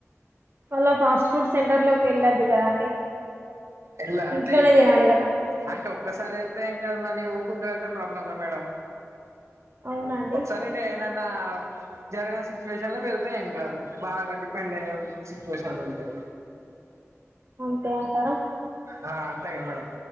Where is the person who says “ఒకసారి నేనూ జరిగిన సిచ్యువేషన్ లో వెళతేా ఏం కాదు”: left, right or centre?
Right